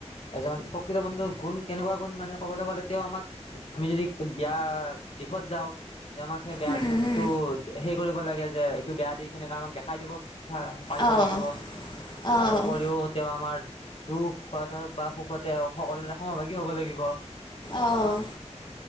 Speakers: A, on the left (about 60°); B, on the left (about 40°).
A: এজন প্ৰকৃত বন্ধুৰ গুণ কেনেকুৱা গুণ মানে ক'বলৈ গ'লে তেওঁ আমাক আমি যদি বেয়া দিশত যাওঁ তে আমাক সেই বেয়া
B: উম,
A: দিশতটো সেই কৰিব লাগে যে টো বেয়া দি সনেকে আমাক দেখাই দিব পাৰিব
B: অ',
A: লাগিব তাৰপৰিও
B: অ',
A: তেওঁ আমাৰ দুখতেও বা সুখতে সকলোৰে সমভাগী হব লাগিব,
B: অ',